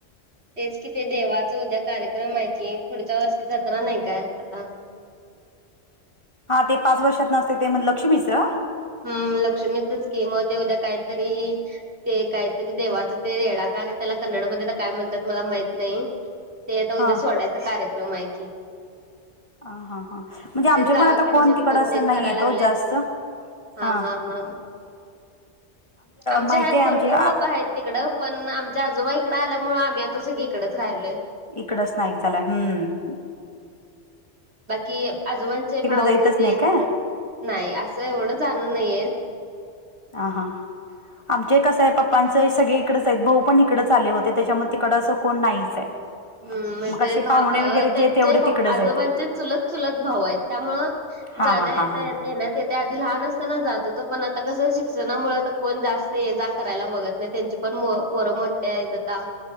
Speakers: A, on the right (about 65°); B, on the left (about 25°).
A: तेच कि ते देवाच उद्या कार्यक्रम आहे की पुढच्या वर्षी जत्रा नाही काय आता.
B: हा ते पाच वर्षात न असते ते म्हण लक्ष्मीचं.
A: हम्म, लक्ष्मीच म ते उद्या काहीतरी. ते काहीतरी देवाचा ते रेडा का त्याला कन्नड मध्ये तर काय म्हणतात मला माहित नाही. ते आता
B: हां
A: उद्या सोडायचा कार्यक्रम आहे. की,
B: हा हा हा, म्हणजे आमचे
A: तेच गावाकडचे
B: पण आता कोण तिकड
A: फोन
B: असं
A: तेन
B: नाही
A: कराय
B: आहेेतो
A: लागलेत.
B: जास्त.
A: हा
B: हां
A: हा हा, आमच्या
B: माहिती
A: ह्यात
B: आहे
A: भरपूर
B: आमचे
A: लोक आहेत तिकडं. पण आमच्या आजोबाईकडं आल्यामुळे आम्ही आता सगळी इकडेच राहिलोय.
B: इकडच नाक झालंय हम्म,
A: बाकी आजोबांचे भाऊ
B: जायतच
A: तेन
B: नाही काय
A: तिकड. नाही असं एवढं जाण नाहीेत.
B: हा हा, आमचे कसं आहे प ''--'' प्पांच हे सगळे इकडच आहेत भाऊ पण इकडच आले होते. त्याच्या मुळा तिकडं असं कोण नाहीच आहे.
A: हम्म, म्हणजे
B: मग असे
A: भा
B: पाहुणे वगैरे
A: त्यांचे
B: जे तेवढे
A: प
B: तिकडंच
A: आजोबांचे
B: आहेत
A: चुलत चुलत भाऊ आहेत त्यामुळे.
B: हां
A: जाण
B: हां
A: ण
B: हां हां
A: येन्यात. कधी आधी लहान असताना जात होत. पण आता कस शिक्षणामुळे कोण जास्त जा करायला बघत नाही त्यांची. पण म पोरं मोठे आहेत आता